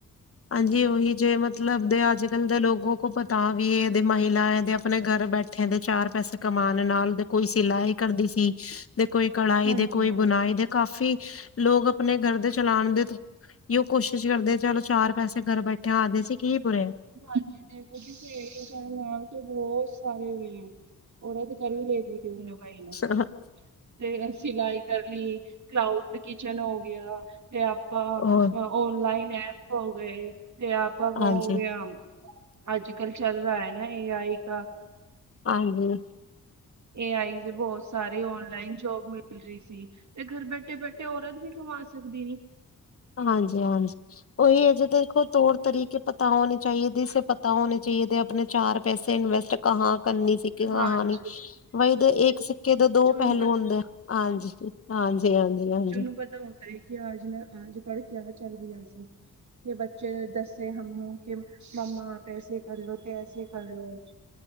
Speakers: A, on the left; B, on the right.
A: ਹਾਂਜੀ ਉਹੀ ਜੇ ਮਤ ਮਤਲਬ ਦੇ ਅੱਜ- ਕੱਲ੍ਹ ਦੇ ਲੋਗੋ ਕੋ ਬਤਾ ਕੇ, ਇਹਦੇ ਮਹਿਲਾ ਦੇ ਆਪਣੇ ਘਰ ਬੈਠੇ ਦੇ ਚਾਰ ਪੈਸੇ। ਕਮਾਨ ਨਾਲ, ਤੇ ਕੋਈ ਸਿਲਾਈ ਕਰਦੀ ਸੀ। ਤੇ ਕੋਈ, ਕੜਾਹੀ,
B: ਹਾਂਜੀ
A: ਦੇ ਕੋਈ
B: ਹਾਂਜੀ
A: ਬੁਣਾਈ, ਦੇ ਕਾਫੀ, ਲੋਕ ਆਪਣੇ ਘਰ ਦੇ ਚਲਾਉਣ ਦੇ। ਕੀ ਉਹ, ਕੋਸ਼ਿਸ਼ ਕਰਦੇ ਚਲ ਚਾਰ ਪੈਸੇ ਘਰ ਬੈਠੇ ਆਜੇ। ਕੀ, ਬੁਰੇ
B: ਹਾਂਜੀ, ਦੇਖੋ ਜੀ, ਫੇ ਸਾ ਨਾਲ ਤੇ ਬੋਤ ਸਾਰੇ ਹੋਏ। ਓ, ਕਰ ਵੀ ਲਈ ਦੀ ਕਿ <unintelligible> ਲੁਕਾਈ ਨੂੰ
A: ਅਹਾਂ
B: ਤੇ ਸਿਲਾਈ ਕਰ ਲੀ, ਕਲਾਊਡ ਕਿਚਨ ਹੋ ਗਿਆ ਤੇ ਆਪਾਂ
A: ਉਹ
B: ਓਨਲਾਈਨ ਐਪ ਹੋ ਗਏ ਤੇ ਆਪ ਓ ਹੋ
A: ਹਾਂਜੀ,
B: ਗਿਆ, ਅੱਜ-ਕਲ ਚੱਲ ਰਾ ਏ ਨਾ। ਏ ਆਈ ਕਾ।
A: ਹਂ।
B: ਏ ਆਈ, ਦੇ ਬੋਤ ਸਾਰੇ ਓਨਲਾਈਨ ਜੋਬ ਮਿਲ ਰੀ ਸੀ ਤੇ ਘਰ ਬੈਠੇ-ਬੈਠੇ ਤੇ ਔਰਤ ਵੀ ਕਮਾ ਸਕਦੀ ਨੀਂ।
A: ਹਾਂਜੀ-ਹਾਂਜੀ, ਉਹੀ ਅ ਜੇ ਦੇਖੋ। ਤੌਰ ਤਰੀਕੇ ਪਤਾ ਹੋਣੇ ਚਾਈਏ ਦਿਸੇ ਪਤਾ ਹੋਣੇ ਚਾਈਏ। ਆਪਣੇ ਚਾਰ ਪੈਸੇ ਇਨਵੈਸਟ ਕਹਾਂ ਕੰਨੀ ਸਿੱਕੇ
B: ਹਾਂਜੀ
A: ਕਹਾਣੀ ਬਈ ਤੇ ਇੱਕ ਸਿੱਕੇ ਦੇ ਦੋ ਪਹਿਲੂ
B: ਨੂੰ
A: ਹੁੰਦੇ। ਹਾਂਜੀ। ਹਾਂਜੀ, ਹਾਂਜੀ, ਹਾਂਜੀ।
B: ਨੂੰ ਪਤਾ ਹੋਤਾ ਹੈ ਕਿ ਆਜ ਨਾ ਆਜ ਕੜ ਚਾਅ ਚੱਲ ਗਿਆ ਸੀ। ਫਿਰ ਬੱਚੇ ਦੱਸੇ ਹਮ ਨੂੰ, ਕਿ ਮੰਮਾ ਆਪ ਐਸੇ ਕਰ ਲੋ ਤੇ ਐਸੇ ਕਰ ਲੋ।